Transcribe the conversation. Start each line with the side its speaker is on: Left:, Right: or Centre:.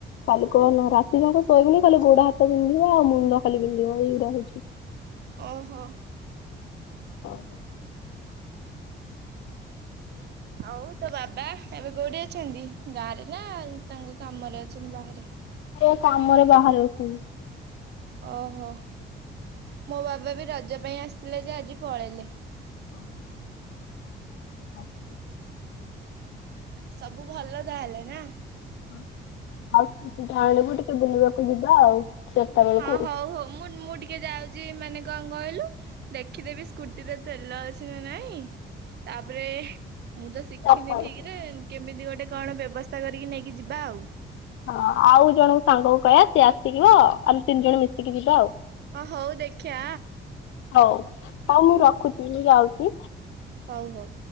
Left: କାଲି କହନା ରାତି ଯାକ ଶୋଇବିନି ଖାଲି ଗୋଡ ହାତ ବିନ୍ଧିବ ଆଉ ମୁଣ୍ଡ ଖାଲି ବିନ୍ଧିବ ଏଇଗୁରା ହଉଚି।
Right: ଅହୋ।
Left: <inaudible> <inaudible>
Right: ଆଉ ତୋ ବାବା ଏବେ କୋଉଠି ଅଛନ୍ତି ଗାଁରେ ନାଁ ତାଙ୍କ କାମରେ ଅଛନ୍ତି ବାହାରେ?
Left: ସେ କାମରେ ବାହାରେ ଅଛନ୍ତି।
Right: ଓହୋ ମୋ ବାବା ବି ରଜ ପାଇଁ ଆସିଥିଲେ ଯେ ଆଜି ପଳେଇଲେ।
Left: <unintelligible>
Right: ସବୁ ଭଲ ତାହେଲେ ନାଁ?
Left: ଆଉ ସ୍କୁଟି ଟା ଆଣିବୁ ଟିକେ ବୁଲିବାକୁ ଯିବା ଆଉ। ଚାରିଟା ବେଳକୁ
Right: ହଁ ହଉ ହଉ ମୁଁ ମୁଁ ଟିକେ ଯାଉଚି ମାନେ କଣ କହିଲୁ ଦେଖିଦେବି ସ୍କୁଟିରେ ତେଲ ଅଛି ନା ନାଇଁ ତାପରେ ମୁଁ ତ
Left: ଚାରିଟା
Right: ଶିଖିନି
Left: ବେଳକୁ।
Right: ଠିକରେ କେମିତି ଗୋ ଟେ କଣ ବ୍ୟବସ୍ଥା କରିକି ନେଇକି ଯିବା ଆଉ।
Left: ହଁ ଆଉ ଜଣେ ସାଙ୍ଗକୁ କହିବା ସିଏ ଆସିଜିବ ଆମେ ତିନି ଜଣ ମିଶିକି ଯିବା ଆଉ।
Right: ଅ ହଉ ଦେଖିଆ।
Left: ହଉ ହଉ ମୁଁ ରଖୁଛି ମୁଁ ଯାଉଛି।
Right: ହଉ ହଉ।